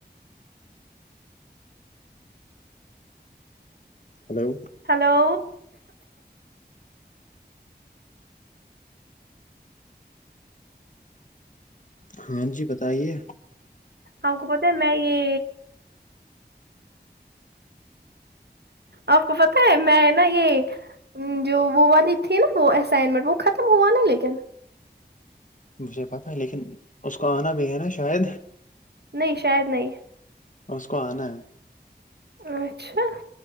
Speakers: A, on the left (about 45°); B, on the right (about 70°).
A: ہلو
B: ہلو
A: ہاں جی بتائیے
B: آ کو پتہ ہے میں یہ آپ کو پت ہے میں نا یہ جو وہ والی تھی نا وہ اسائنمنٹ وہ ختم ہوا نا لیکن
A: مجھے پتاہ ہے لیکن اس کو آنا بھی ہے نا شاید
B: نہیں شاید نہیں
A: اور اس کو آنا ہے
B: اچھا